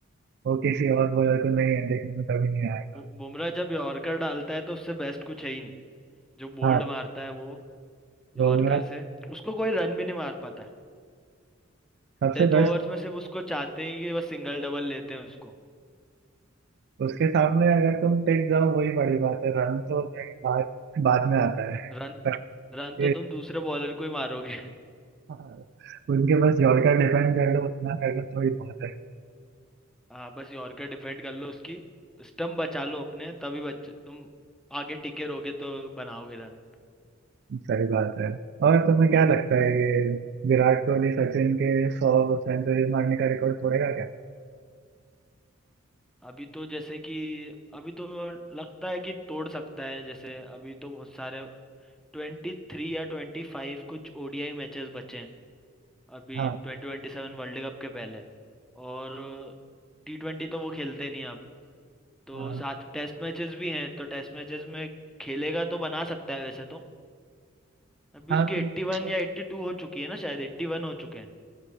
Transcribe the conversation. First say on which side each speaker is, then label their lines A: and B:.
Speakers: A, on the right (about 55°); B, in the centre.
A: वो किसी और बॉलर को नहीं है देखने में कभी नहीं आएगा
B: बु- बुमराह जब यॉर्कर डालता है तो उससे बेस्ट कुछ है ही नहीं जो बोल्ड
A: हाँ
B: मारता है वो
A: बुमराह
B: यॉर्कर से उसको कोई रन भी नहीं मार पाता है
A: सबसे
B: डेथ
A: बेस्ट
B: ओवर्स में सिर्फ उसको चाहते हैं कि बस सिंगल डबल लेते हैं उसको
A: उसके सामने अगर तुम टिक जाओ वही बड़ी बात है रन तो नहीं बाद बाद में आता है
B: रन
A: पर
B: रन तो
A: ये-
B: तुम दूसरे बॉलर को ही मारोगे
A: हाँ, उनके पास यॉर्कर डिफेंड कर लो उतना कर लो तो ही बहुत है
B: हाँ बस यॉर्कर डिफेंड कर लो उसकी स्टंप बचा लो अपने तभी बच तुम आगे टिके रहोगे तो बनाओगे रन
A: सही बात है और तुम्हें क्या लगता है ये विराट कोहली सचिन के सौ सेंचुरीज मारने का रिकॉर्ड तोड़ेगा क्या
B: अभी तो जैसे कि अभी तो लगता है कि तोड़ सकता है जैसे अभी तो बहुत सारे ट्वेंटी थ्री या ट्वेंटी फाइव कुछ ओडीआई मैचेस बचे हैं अभी
A: हाँ
B: ट्वेंटी ट्वेंटी सेवन वर्ल्ड कप के पहले और टी ट्वेंटी तो वो खेलते नहीं अब तो
A: हाँ
B: सात टेस्ट मैचेस भी हैं तो टेस्ट मैचेस में खेलेगा तो बना सकता है वैसे तो अभी
A: हाँ
B: उसकी
A: तो
B: एट्टी वन या एट्टी टू हो चुकी है ना शायद एट्टी वन हो चुके हैं